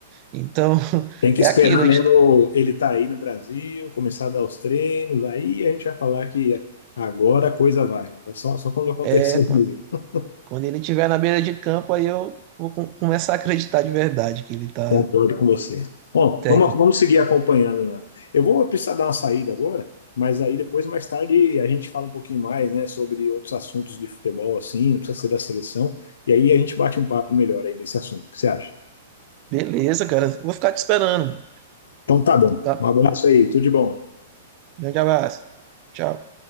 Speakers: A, on the right; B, on the left.
A: Então, <laughs>
B: Tem que
A: é
B: esperar
A: aquilo, a
B: mesmo
A: gente,
B: ele estar tá aí no Brasil, começar a dar os treinos, aí a gente vai falar que agora a coisa vai, né? Só, só quando acontecer,
A: é, quando,
B: <laughs>
A: quando ele estiver na beira de campo, aí eu vou com- começar a acreditar de verdade que ele tá
B: concordo com você. Bom,
A: técnico.
B: vamos, vamos seguir acompanhando, né? Eu vou precisar dar uma saída agora, mas aí depois, mais tarde, a gente fala um pouquinho mais, né, sobre outros assuntos de futebol, assim, não precisa ser da seleção, e aí a gente bate um papo melhor aí nesse assunto. O que você acha?
A: Beleza, cara, vou ficar te esperando,
B: Então tá bom.
A: tá?
B: Um abraço aí, tudo de bom.
A: Grande abraço. Tchau.